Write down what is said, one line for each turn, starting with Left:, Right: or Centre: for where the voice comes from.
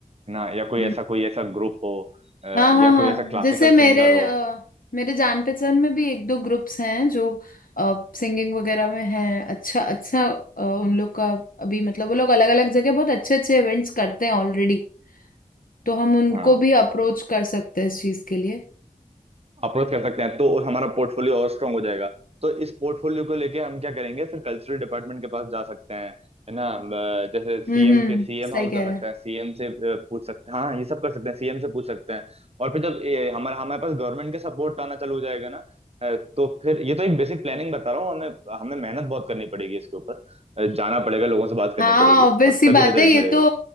Right: है ना या कोई
Left: हम्म।
Right: ऐसा कोई ऐसा ग्रुप हो अ,
Left: हाँ हाँ
Right: या
Left: हाँ
Right: कोई ऐसा क्लासिकल
Left: जैसे मेरे
Right: सिंगर हो
Left: अ, मेरे जान पहचान में भी एक दो ग्रुप्स हैं जो सिंगिंग वगैरह में हैं अच्छा अच्छा अ, उन लोग का अभी मतलब वो लोग अलग अलग जगह बहुत अच्छे अच्छे इवेंट्स करते हैं ऑलरेडी तो हम उनको
Right: हाँ
Left: भी अप्रोच कर सकते हैं इस चीज के लिए
Right: अप्रोच कर सकते हैं तो हमारा पोर्टफोलियो और स्ट्रांग हो जाएगा तो इस पोर्टफोलियो को लेके हम क्या करेंगे फिर कल्चरल डिपार्टमेंट के पास जा सकते हैं है ना अ, जैसे
Left: हम्म
Right: सीएम
Left: हम्म
Right: के सीएम
Left: सही
Right: हाउस
Left: कह
Right: जा
Left: रहा
Right: सकते
Left: है
Right: हैं सीएम से अ, पूछ सकते हैं हाँ ये सब कर सकते हैं सीएम से पूछ सकते हैं और फिर जब ये हमारा हमारे पास गवर्नमेंट का सपोर्ट आना चालू हो जाएगा ना अ, तो फिर ये तो एक बेसिक प्लानिंग बता रहा हूँ हमें हमें मेहनत बहुत करनी पड़ेगी इसके ऊपर अ, जाना पड़ेगा लोगों से बात करनी
Left: हाँ
Right: पड़ेगी
Left: ऑब्वियस
Right: और
Left: सी
Right: तभी
Left: बात
Right: रिजल्ट
Left: है ये
Right: मिलेगा
Left: तो